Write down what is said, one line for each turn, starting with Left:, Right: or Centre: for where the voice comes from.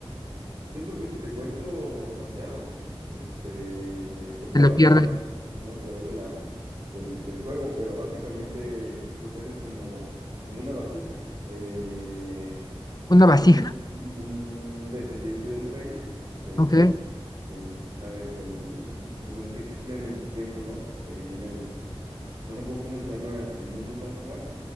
Right: siento que si te cuento demasiado, este, porque
Left: Se
Right: te
Left: le
Right: van,
Left: pierde
Right: te van, ¿no? a través de la, del, del juego, pero básicamente, pues eres como, como una vasija. Eh,
Left: una
Right: un,
Left: vasija.
Right: un descendiente del rey, del,
Left: Ok,
Right: del, ajá, del, del- pues de los que existían en su tiempo, ¿no? Eh, y en el, no me acuerdo cómo se llama el mundo tal cual,